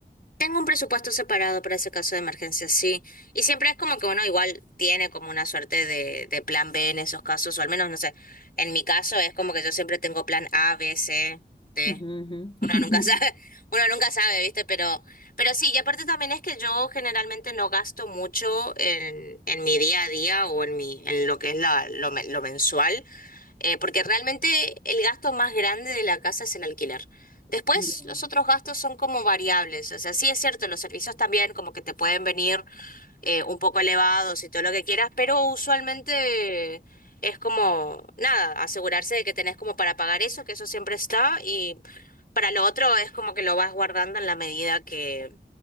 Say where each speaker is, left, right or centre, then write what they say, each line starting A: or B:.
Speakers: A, on the left; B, on the left.
A: Tengo un presupuesto separado para ese caso de emergencia, sí. Y siempre es como que uno igual tiene como una suerte de, de plan B en esos casos, o al menos, no sé, en mi caso es como que yo siempre tengo plan A, B, C, D.
B: Ujú, ujú.
A: Uno
B: <laughs>
A: nunca sabe, <laughs> uno nunca sabe, ¿viste? Pero, pero sí, y aparte también es que yo generalmente no gasto mucho en, en mi día a día o en mi, en lo que es la, lo, men- lo mensual, eh, porque realmente el gasto más grande de la casa es el alquiler. Después,
B: Ya.
A: los otros gastos son como variables. O sea, sí es cierto, los servicios también como que te pueden venir eh, un poco elevados y todo lo que quieras, pero usualmente es como, nada, asegurarse de que tenés como para pagar eso, que eso siempre está, y para lo otro es como que lo vas guardando en la medida que,